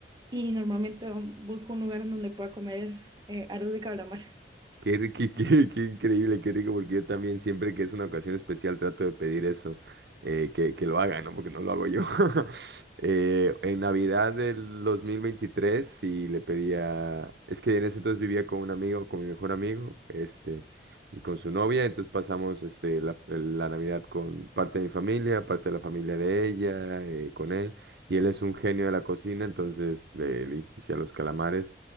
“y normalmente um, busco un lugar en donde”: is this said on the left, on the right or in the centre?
Right